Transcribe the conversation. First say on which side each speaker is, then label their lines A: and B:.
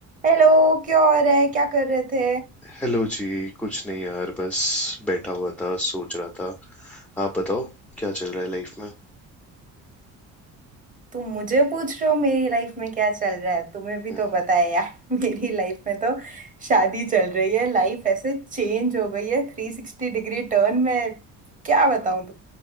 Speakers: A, on the right; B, in the centre.
A: Hello क्या हो रहा है क्या कर रहे थे
B: हेलो जी कुछ नहीं यार बस बैठा हुआ था सोच रहा था आप बताओ क्या चल रहा है लाइफ में
A: तुम मुझे पूछ रहे हो मेरी लाइफ में क्या चल रहा है तुम्हें भी
B: हम्म,
A: तो पता है यार <laughs> मेरी लाइफ में तो शादी चल रही है लाइफ ऐसे चेंज हो गई है थ्री सिक्सटी डिग्री टर्न में क्या बताऊं